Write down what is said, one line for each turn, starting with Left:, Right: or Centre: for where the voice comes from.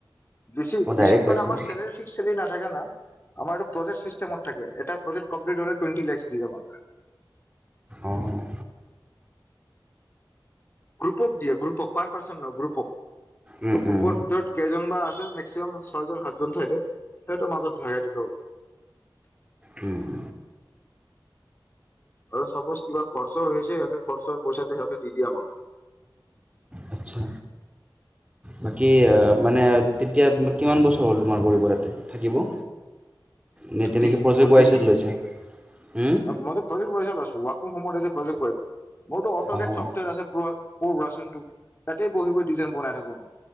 Left: ৰিচি-ৰিচিপ
Right: অঁ ডাইৰেক্ট পাইছা
Left: মানে, আমাৰ
Right: ন
Left: চেলাৰি ফিক্স চেলাৰি নাথাকে না, আমাৰটো প্ৰজেক্ট চিষ্টেমত থাকে। এটা প্ৰজেক্ট কমপ্লিট হ'লে টুৱেণ্টি লেক্স দিয়ে আমাক।
Right: অ'।
Left: গ্ৰুপক দিয়ে, গ্ৰুপক। পাৰ পাৰ্চন নহয়, গ্ৰুপক,
Right: উম,
Left: গ্ৰুপৰ
Right: উম,
Left: ভিতৰত কেইজন বা আছে, মেক্সিমাম ছয়জন সাতজন থাকে। সিহঁতৰ মাজত ভাগাই দিব।
Right: উম।
Left: আৰু চাপ'জ কিবা খৰচা হৈছে, সিহঁতে খৰচৰ পইচাটো সিহঁতে দি দিয়ে আমাক।
Right: আচ্ছা। বাকী, মানে, তেতিয়া কিমান বছৰ হ'ল তোমাৰ? কৰিব, তাতে থাকিব। নে তেনেকৈ
Left: বেছি
Right: প্ৰজেক্ট
Left: ক'ত
Right: ৱাইজত
Left: বেছি।
Right: লৈছা হুম?
Left: মইতো প্ৰজেক্ট ৱাইজত আছোঁ। ওৱাকম হম ত এজ এ প্ৰজেক্ট ৱাইজ। মোৰ টো অটগেট
Right: অঁ
Left: চফ্টৱেৰ আছে। প্ৰ পচনটো তো তে বহি বহি ডিজাইন বনাই থাকো।